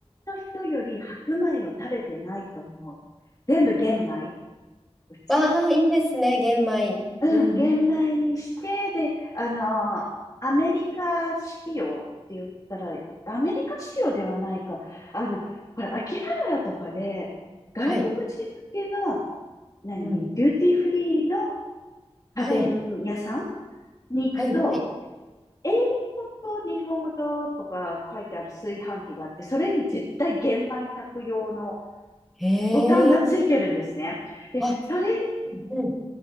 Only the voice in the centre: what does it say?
わあ、いいですね、玄米。
うんうん。
はい。
うん。
はい。
はい、はい。
へえ。
あ、
うん。